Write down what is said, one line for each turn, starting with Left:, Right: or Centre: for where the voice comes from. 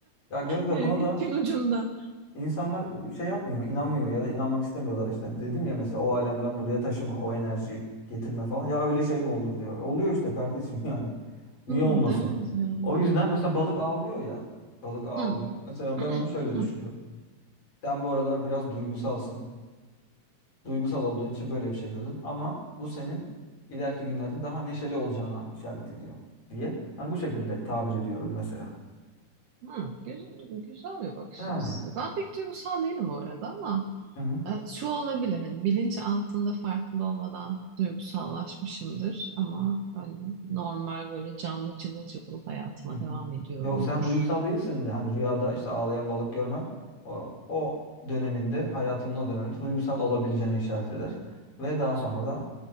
Left: ya Gözde
Right: Evet,
Left: buna da
Right: İpin ucunda.
Left: İnsanlar ıı, şey yapmıyor, inanmıyor ya da inanmak istemiyorlar işte. Dedim ya mesela o alemden buraya taşıma, o enerjiyi getirme falan. Ya öyle şey mi olur diyor. Oluyor işte kardeşim <laughs> yani. Niye
Right: Hı,
Left: olmasın?
Right: değil mi yani?
Left: O yüzden mesela balık ağlıyor ya. Balık ağlıyor.
Right: Hı,
Left: Mesela ben onu şöyle
Right: hı,
Left: düşünüyorum. Sen bu aralar biraz duygusalsın. Duygusal olduğun için böyle bir şey gördün. Ama bu senin ileriki günlerde daha neşeli olacağına işaret ediyor diye. Hani bu şekilde tabir ediyorum mesela.
Right: hı. Güzel, güzel bir bakış
Left: Yani.
Right: açısı. Ben pek duygusal değilim bu arada ama
Left: Hı hı.
Right: e, şu olabilir hani bilinç altında farkında olmadan duygusallaşmışımdır ama hani normal böyle canlı cıvıl cıvıl hayatıma
Left: Hı hı.
Right: devam ediyorumdur.
Left: Yok sen duygusal değilsin de hani rüyada işte ağlayan balık görmen o, o döneminde hayatının o döneminde duygusal olabileceğini işaret eder. Ve daha sonra da